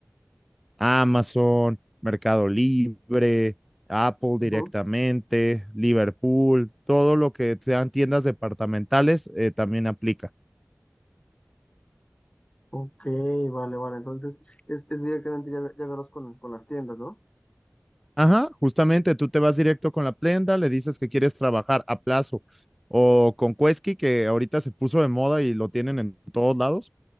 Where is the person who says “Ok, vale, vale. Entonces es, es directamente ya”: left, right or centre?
Left